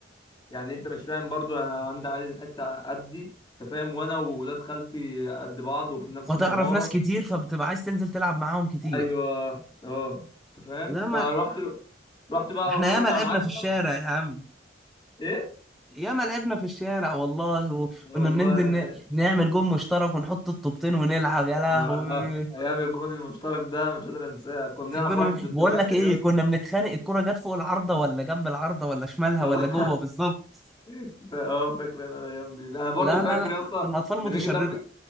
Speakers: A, on the left; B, in the centre.
A: يعني انت مش فاهم برضو انا عندي عيل حته قدي انت فاهم وانا وولاد خالتي قد بعض وفي نفس
B: فتعرف
A: العماره
B: ناس كتير فبتبقى عايز تنزل تلعب معاهم كتير
A: ايوه اه انت فاهم
B: لا
A: فرحت
B: ما
A: رحت بقى
B: احنا
A: وقفت
B: ياما
A: على
B: لعبنا
A: العجله
B: في الشارع يا عم
A: ايه
B: ياما لعبنا في الشارع والله وكنا
A: يا والله
B: بننزل ن- نعمل جون مشترك ونحط الطوبتين ونلعب يا لهوي
A: آه. ايام الجون المشترك ده مش قادر انساه كنا بنلعب
B: كنا-
A: واحد ضد
B: بقول
A: واحد
B: لك ايه
A: يا اسطى
B: كنا بنتخانق الكرة جت فوق العارضة ولا جنب العارضة ولا شمالها
A: اه
B: ولا جوه بالظبط
A: <laughs> ف- اه فاكر انا الايام دي انا برضو
B: لا
A: فاكر
B: لا لا
A: يا اسطى
B: كنا اطفال متشردة
A: لما يجي ضرب